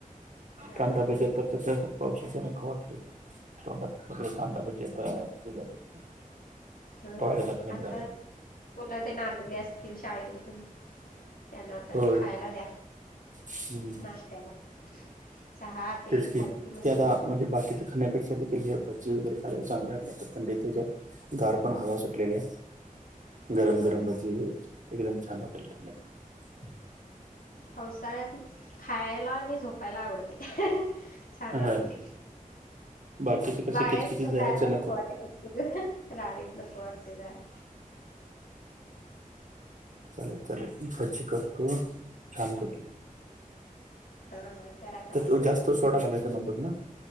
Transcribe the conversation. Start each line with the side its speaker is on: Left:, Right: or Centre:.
Left: हा.
Right: कांदाभजी आता कसं, पावसाच्यानं खाऊ वाटतंय. तोंडात सगळे कांदा भजे आता ही झालेत.
Left: हा
Right: केव्हा एकदा खाईन
Left: आता
Right: झालंय.
Left: मुलं त्यानं आणलेले असतील शाळेमधून. त्यांना आता
Right: होय
Left: खायाला द्या,
Right: हम्म
Left: नाश्त्याला. चहा ते
Right: तेच की,
Left: खाल्लं मस्त
Right: ते आता म्हणजे बाकीचं खाण्यापेक्षा देखील हे भजी वगैरे खाल्लेलं चांगलंय. नाहीतरी थंडीत याच्यात गार पण हवा सुटलेलीय.
Left: लागतं.
Right: गरम गरम भजी, एकदम छान वाटेल खाण्यात.
Left: पावसाळ्यात खायाला आणि झोपायला आवडतं. छान
Right: हा
Left: वाटतंय.
Right: बाकीच कसं
Left: बाहेर
Right: किचकिची
Left: कुटं
Right: दह्याचं
Left: जायाला नको वाटतं. राडेत नको वाटते जायला.
Right: चालेल, चालेल. भजी करतो छानपैकी.
Left: हा हा, करा. करा.
Right: त्यात जास्त सोडा घालायचा नकोच ना?